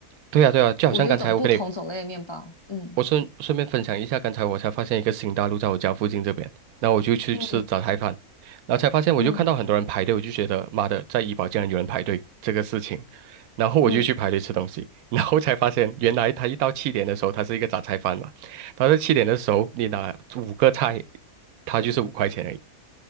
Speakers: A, on the right (about 75°); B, on the left (about 45°).
A: 对呀啊对呀啊，就好像刚才我跟你，
B: 五六种不同种类的面包。嗯
A: 我顺顺便分享一下，刚才我才发现一个新大陆在我家附近这边，然后我就去吃早菜饭，
B: 嗯
A: 然后才发现我就看到很多人排队，
B: 嗯
A: 我就觉得妈的，在怡保竟然有人排队这个事情，然后我就去排队吃东西，
B: 嗯，
A: 然后才发现原来他一到七点的时候，他是一个杂菜饭嘛，他在七点的时候你拿五个菜，他就是五块钱而已。